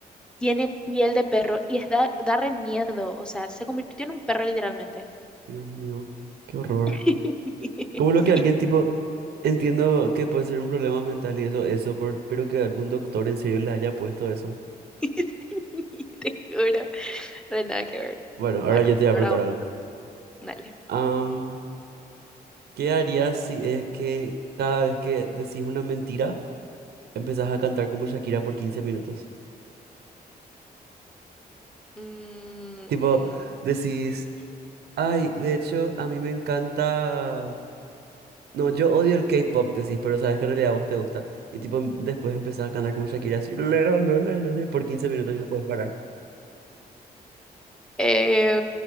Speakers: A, in the centre; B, on the right.
A: tiene piel de perro y es da, da re miedo, o sea, se convirtió en un perro literalmente.
B: Dios mío, qué horror.
A: <laughs>
B: ¿Cómo lo
A: Sí,
B: que alguien tipo Entiendo que puede ser un problema mental y eso, eso, por- pero que algún doctor en serio le haya puesto eso.
A: <laughs> sí, te juro, re nada que ver.
B: Bueno, ahora
A: Bueno,
B: yo te voy a
A: ahora
B: preguntar
A: vos,
B: algo.
A: dale.
B: Am, ¿qué harías si es que cada vez que decís una mentira, empezás a cantar como Shakira por 15 minutos?
A: Mm,
B: Tipo, decís, ay, de hecho, a mí me encanta... No, yo odio el K-pop, decís, pero sabes que en realidad a vos te gusta. Y tipo, em- después empezás a cantar como Shakira así, "Lero, lo, le, lo, le", por 15 minutos y no puedes parar.
A: Eh,